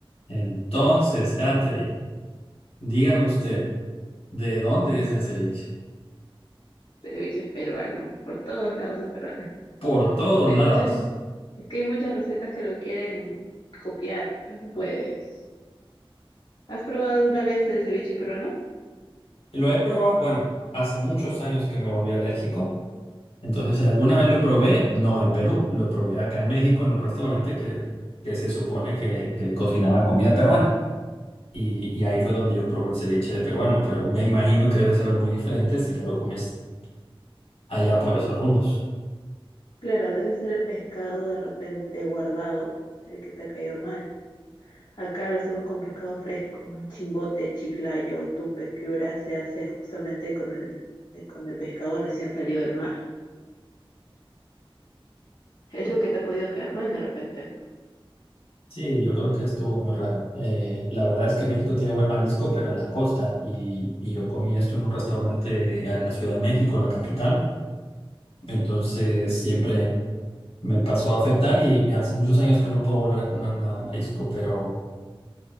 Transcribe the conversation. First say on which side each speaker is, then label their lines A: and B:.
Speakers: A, on the left (about 85°); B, on the left (about 60°).
A: Entonces, Katherine, dígame usted, ¿de dónde es el ceviche?
B: ceviche es peruano, por todos lados es peruano.
A: Por todos
B: Hay
A: lados.
B: muchas, es que hay muchas recetas que lo quieren copiar, pero no pueden. ¿Has probado alguna vez el ceviche peruano?
A: Lo he probado, bueno, hace muchos años que me volví alérgico. Entonces, alguna vez lo probé, no en Perú, lo probé acá en México en un restaurante que, que se supone que, que cocinaba comida peruana. Y, y ahí fue donde yo probé el ceviche de peruano, pero me imagino que debe saber muy diferente si te lo comes allá por esos rumbos.
B: Claro, debe ser el pescado de repente guardado, el que te ha caído mal. Acá lo hacemos con pescado fresco, en Chimbote, Chiclayo, Tumbes, Piura, se hace justamente con el, eh, con el pescado recién salido del mar. Es lo que te ha podido caer mal de repente.
A: Sí, yo creo que estuvo muy raro. Eh, la verdad es que México tiene buen marisco, pero en la costa. Y, y yo comí esto en un restaurante en la Ciudad de México, la capital. Entonces siempre me pasó a afectar y, y hace muchos años que no puedo volver a comer nada de marisco, pero